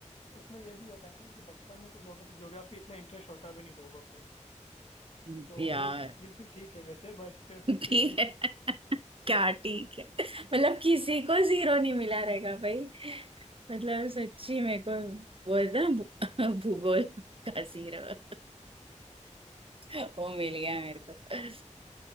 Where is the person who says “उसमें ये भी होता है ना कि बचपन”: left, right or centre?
Left